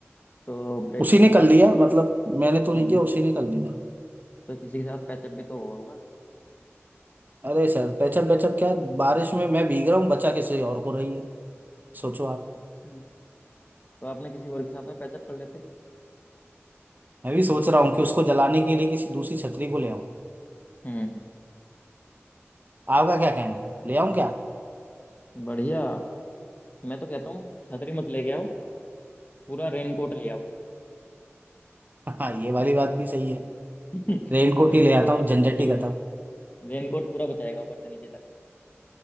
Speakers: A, on the left; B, on the right.
A: तो ब्रेकअप
B: उसी ने
A: हुआ
B: कर लिया
A: तो फिर
B: मतलब मैंने तो
A: हम्म
B: नहीं किया उसी ने कर लिया
A: तो किसी के साथ पैचअप भी तो हुआ होगा
B: अरे सर पेचअप पेचअप क्या बारिश में मैं भीग रहा हूँ बचा किसी और को रही है सोचो आप
A: अच्छा तो आपने किसी और के साथ में पैचअप कर लेते
B: मैं भी सोच रहा हूँ कि उसको जलाने के लिए किसी दूसरी छतरी को ले आऊं
A: हम्म
B: आपका क्या कहना है ले आऊं क्या
A: बढ़िया मैं तो कहता हूँ छतरी मत लेके आओ पूरा रेनकोट ले आओ
B: <laughs> हाँ ये वाली बात भी सही है
A: <laughs>
B: रेनकोट
A: छतरी
B: ही
A: तो
B: ले
A: ऊपर
B: आता
A: ऊपर
B: हूँ झंझट
A: से बचाएगी
B: ही खत्म
A: रेनकोट पूरा बचाएगा ऊपर से नीचे तक